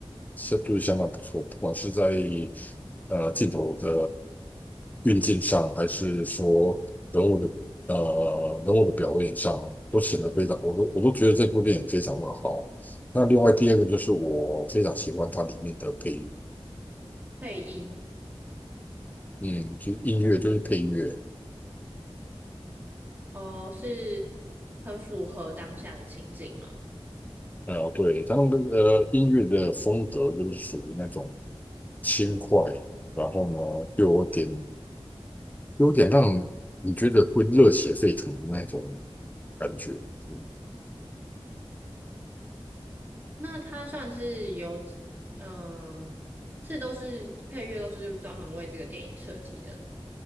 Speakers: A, on the left (about 15°); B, on the right (about 20°).
A: 相是相当不错，不管是在呃镜头的运镜上，还是说人物的呃人物的表演上，都显得非常，我都我都觉得这部电影非常的好。那另外第二个就是我非常喜欢它里面的配乐，
B: 配音
A: 嗯，就是音乐就是配乐，
B: 哦，是很符合当下的情境嘛？
A: 呃，对，它那个呃音乐的风格就是属于那种轻快。然后呢，又有点有点让你觉得会热血沸腾的那种感觉。嗯，
B: 那它算是有，嗯、是都是配乐都是专门为这个电影设计的。